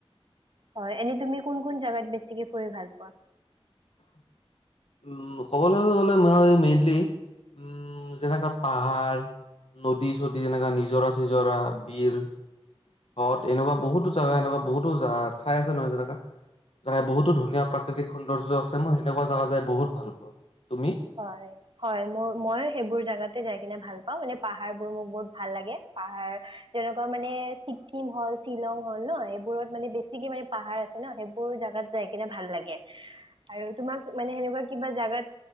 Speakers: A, on the right (about 55°); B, on the left (about 75°).
A: হয় এনেই তুমি কোন কোন জাগাত বেছিকে ফুৰি ভাল পোৱা।
B: উম ক'বলৈ গলে মই মেইনলি উম যেনেকা পাহাৰ নদী চদী যেনেকা নিজৰা চিজৰা বিল। হয় এনেকুৱা বহুতো জাগা এনেকুৱা বহুতো ঠাই আছে নহয় যেনেকুৱা জাগাই বহুতো ধুনীয়া প্ৰাকৃতিক সৌন্দৰ্য্য আছে মই সেনেকুৱা জাগা যাই বহুত ভাল পাওঁ তুমি।
A: হয় হয় মোৰ মই সেইবোৰ জাগাতে যাই কিনে ভাল পাও মানে পাহাৰবোৰ মোক বহুত ভাল লাগে পাহাৰ তেনেকুৱা মানে ছিকিম হল শ্বিলং হল ন সেইবোৰত মানে বেছিকে মানে পাহাৰ আছে ন সেইবোৰ জাগাত যাই কিনে ভাল লাগে আৰু তোমাক মানে সেনেকুৱা কিবা জাগাত।